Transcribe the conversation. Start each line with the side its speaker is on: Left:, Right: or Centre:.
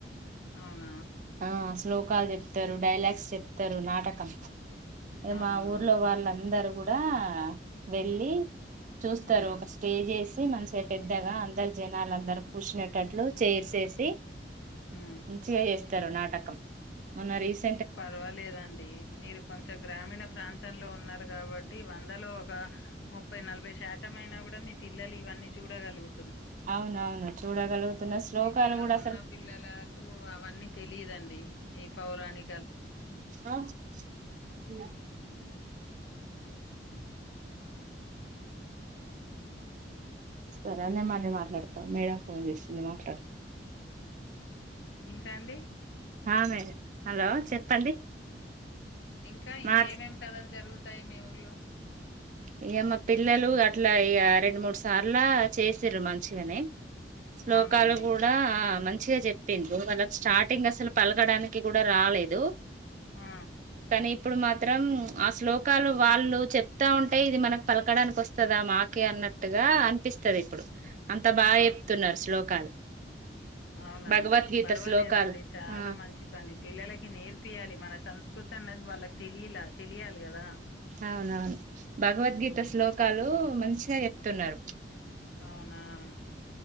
Left: అవునా
Right: ఆ శ్లోకాలు చెప్తారు డైలాగ్స్ చెప్తరు నాటకం
Left: అవునా!
Right: మా ఊర్లో వాళ్ళందరు కూడా వెళ్ళి చూస్తారు
Left: హ్మ్.
Right: ఒక స్టేజ్ వేసి మంచిగా పెద్దగా అందరు జనాలు అందరు కూర్చునేటట్లు చేర్సేసి
Left: హ్మ్.
Right: మంచిగా చేస్తారు నాటకం మొన్న రీస్
Left: పర్వాలేదండి మీరు కొంచెం గ్రామీణ ప్రాంతంలో ఉన్నారు కాబట్టి వందలో ఒక ముప్పై నలభై శాతం అయినా కూడా మీ పిల్లలు ఇవన్నీ చూడగలుగు
Right: అవునవును చూడగలుగుతున్న శ్లోకాలు
Left: సిటీ లో
Right: కూడా
Left: ఉన్న
Right: అసలు
Left: పిల్లలకు అవన్నీ తెలిదండి ఈ పౌరాణి
Right: హలో చ <inaudible> సరే అండి మళ్ళీ మాట్లాడతా మేడం ఫోన్ చేసింది మాట్లాడత
Left: <inaudible> ఇంకా అండి?
Right: హా మేడమ్ చెప్పండి
Left: ఇంకా ఇంకేమేమి
Right: మా
Left: కథలు జరుగుతాయి మీ ఊర్లో
Right: ఇగ మా పిల్లలు అట్లా ఇగ రెండు మూడు సార్ల చేసిర్రు మంచిగనే శ్లోకాలు
Left: అవునండి.
Right: కూడా ఆ మం చ్చిగా చెప్పిళ్ళు వాళ్ళకి స్టాటీంగ్ అసలు పలకడానికి కూడా రాలేదు.
Left: ఆ
Right: కానీ ఇప్పుడు మాత్రం ఆ శ్లోకాలు వాళ్ళు చెప్ త్తా ఉంటే ఇది మనకు పలకడానికి వస్తదా మాకే అన్నట్టుగా అనిపిస్తది ఇప్పుడు అంత బాగా
Left: ఆ!
Right: చెప్తున్నరు శ్లోకాలు
Left: అవునా
Right: భగవద్గీత
Left: అండి పర్వాలేదండి
Right: శ్లోకాలు
Left: చాలా
Right: ఆ
Left: మంచి పని పిల్లలకి నేర్పియాలి మన సంస్కృ తన్నది వాళ్ళకి తెలియలా తెలియాలి కదా
Right: అవునవును భగవద్గీత
Left: అవును
Right: శ్లోకాలు మంచిగా చెప్తున్నారు
Left: అవునావును